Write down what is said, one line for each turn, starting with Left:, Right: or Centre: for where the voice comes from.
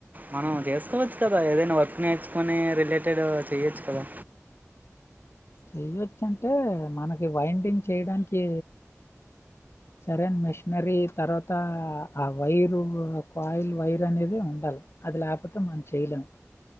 Right: మనం చేసుకోవచ్చు కదా ఏదైనా వర్క్ నేర్చు కొన్ని రిలేటెడ్ చెయ్యొచ్చు కదా
Left: చేయవచ్చంటే మనకి వైండింగ్ చేయడానికి సరైన మెషినరీ తర్వాత ఆ వైరు కాయిల్ వైర్ అనేది ఉండాలి అది లేకపోతే మనం చేయలేము